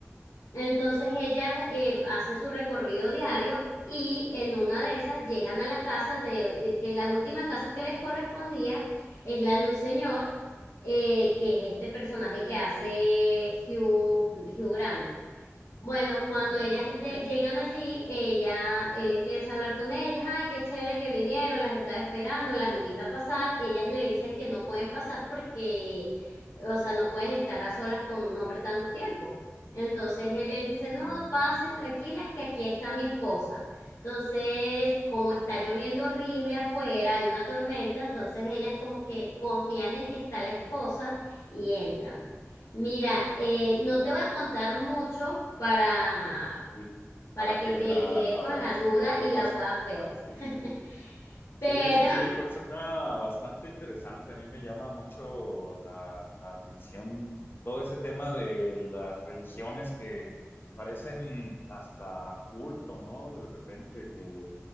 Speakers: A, on the left; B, on the left.
A: entonces ellas eh,
B: Ujú.
A: hacen su recorrido diario y en una de esas llegan a la casa de, de que la última casa que les correspondía es la de un señor eh, que es este personaje que hace Hugh, Hugh Grant. Bueno, cuando
B: Ah,
A: ellas le
B: ok.
A: llegan allí, ella, él empieza a hablar con ellas, ay, qué chévere que vinieron, las estaba esperando, las invita a pasar, ellas le dicen que no pueden pasar porque, o sea, no pueden estar a solas con un hombre tanto tiempo. Entonces él les dice,
B: Ah,
A: no, pasen
B: ok.
A: tranquilas, que aquí está mi esposa. Entonces, como está lloviendo horrible afuera, hay una tormenta, entonces ellas como que confían en que está la esposa y entran. Mira, eh, no te voy a contar mucho para,
B: Ajá, sí.
A: para
B: Para
A: que
B: que
A: te
B: la,
A: quedes
B: la
A: con la duda
B: vea qué
A: y
B: pasa.
A: la puedas
B: Ajá,
A: ver,
B: sí,
A: <laughs>
B: sí, sí.
A: pero
B: Sí, sí, sí, pues suena bastante interesante. A mí me llama mucho la, la atención todo ese tema de las religiones que parecen hasta culto, ¿no? De repente que,